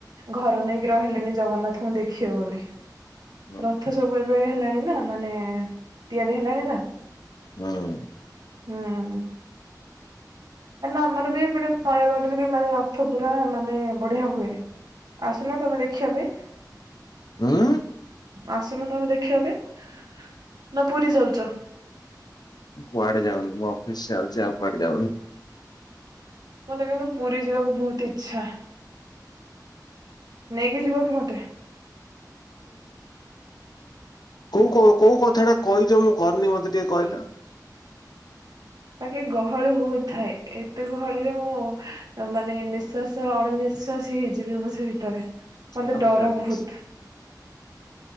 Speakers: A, on the right (about 65°); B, on the left (about 65°).
A: ଘର ନେଇକି ରହିଲେଣି ଜଗନ୍ନାଥଙ୍କୁ ଦେଖିବ ବୋଲି।
B: ହୁଁ
A: ରଥ ସବୁ ଏବେ ହେଲାଣି ନା ମାନେ ତିଆରି ହେଲାଣି ନା।
B: ହଁ।
A: ହଁ। ଆମର ବି ଏପଟେ ନୟାଗଡ ରେ ବି ମାନେ ରଥ ପୁରା ମାନେ ବଢିଆ ହୁଏ। ଆସୁନ ତମେ ଦେଖିବା ପାଇଁ।
B: ହୁଁ।
A: ଆସୁନ ତମେ ଦେଖିବା ପାଇଁ ନା ପୁରୀ ଯାଉଛ।
B: କୁଆଡେ ଯାଉନି ମୁଁ ଅଫିସ ଯାଉଛି ଆଉ କୁଆଡେ ଯାଉନି।
A: ମତେ କିନ୍ତୁ ପୁରୀ ଯିବାକୁ ବହୁତ ଇଛା। ନେଇକି ଯିବ କି ମତେ?
B: କୋଉ କୋଉ କଥାଟା କହିଛ ମୁଁ କରନି ମତେ ଟିକେ କହିଲେ।
A: ବାକି ଗହଳି ବହୁତ ଥାଏ ଏତେ ଗହଳିରେ ମୁଁ ମାନେ ନିଃଶ୍ଵାସ ଅଣନିଶାସ ଆଶାସ ହେଇଯିବି ଆ ସେ ଭିତରେ
B: ସେଇଟା
A: ମତେ
B: ମୁଁ
A: ଡର
B: ଜାଣିଛି
A: ବହୁତ୍